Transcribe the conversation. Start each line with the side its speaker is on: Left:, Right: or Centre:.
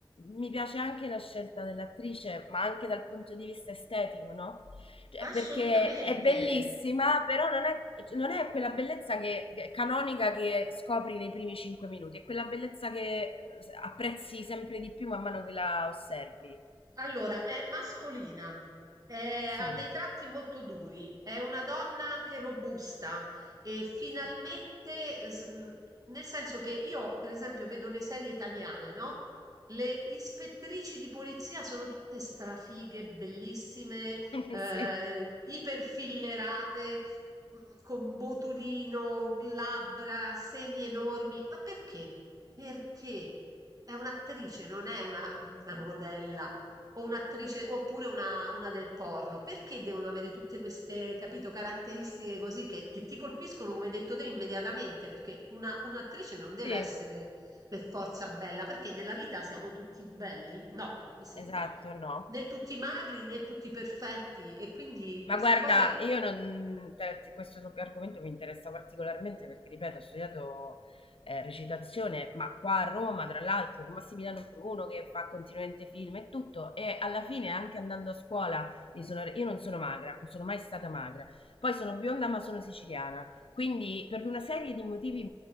Left: mi piace anche la scelta dell'attrice, ma anche dal punto di vista estetico, no? Cioè,
Right: Assolutamente.
Left: perché è bellissima, però non è, non è quella bellezza che- che- canonica che scopri nei primi cinque minuti, è quella bellezza che apprezzi sempre di più man mano che la osservi.
Right: Allora, è mascolina, eh,
Left: Sì,
Right: ha dei tratti molto duri, è una donna anche robusta e finalmente,
Left: sì,
Right: eh, s- mh, nel senso che io, per esempio, vedo le serie italiane, no? Le ispettrici di polizia sono tutte strafighe, bellissime,
Left: <laughs>
Right: eh,
Left: sì,
Right: iperfillerate, mh, con botulino, labbra, seni enormi. Ma perché? Perché? È un'attrice, non è una, una modella o un'attrice, oppure una, una del porno, perché devono avere tutte queste, capito, caratteristiche così che, che ti colpiscono, come hai detto te, immediatamente? Perché una- un'attrice non deve
Left: sì,
Right: essere per forza bella, perché nella vita siamo tutti belli? No, non mi sembra.
Left: esatto, no.
Right: Né tutti magri né tutti perfetti, e quindi
Left: Ma
Right: questa
Left: guarda,
Right: cosa,
Left: io non, te- questo so- argomento mi interessa particolarmente perché, ripeto, ho studiato eh, recitazione, ma qua a Roma, tra l'altro, con Massimiliano Bruno che fa continuamente film e tutto, e alla fine anche andando a scuola mi sono, re- io non sono magra, non sono mai stata magra. Poi sono bionda ma sono siciliana, quindi per una serie di motivi